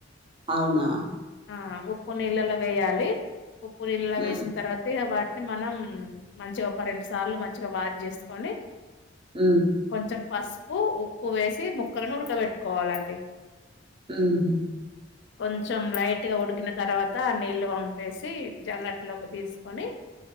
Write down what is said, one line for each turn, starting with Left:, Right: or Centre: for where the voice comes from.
Right: అవునా
Left: ఆ ఉప్పు నీళ్ళలో వేయాలి. ఉప్పు నీళ్ళలో వేసిన
Right: ఉమ్
Left: తర్వాత ఇక వాట్ని మనం మంచిగ ఒక రెండు సార్లు మంచిగ వాష్ చేసుకొని
Right: ఉమ్
Left: కొంచెం పసుపు ఉప్పు వేసి ముక్కలను ఉడకబెట్టుకోవాలండి.
Right: ఆహా
Left: కొంచం లైట్ గా ఉడికిన తర్వాత నీళ్లు వంపేసి జల్లట్లోకి తీసుకొని